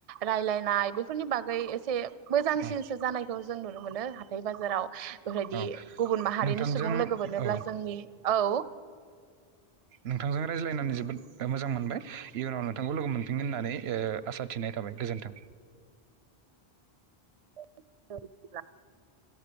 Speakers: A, on the right; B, on the right.
A: रायलायनाय बेफोरनि बागै एसे मोजांसिनसो
B: औ
A: जानायखौज जों नुनो मोनो हाथाय बाजाराव बेबायदि
B: औ
A: गुबुन माहारिनि
B: नोंथांजों
A: सुबुं लोगो मोनोब्ला
B: औ
A: जोंनि औ
B: नोंथांजों रायज्लायनानै जोबोद ओ मोजां मोनबाय इयुनाव नों थांखौ लोगो मोनफिनगोन होननानै ओ आसा थिनाय थाबाय गोजोन्थों।
A: <inaudible>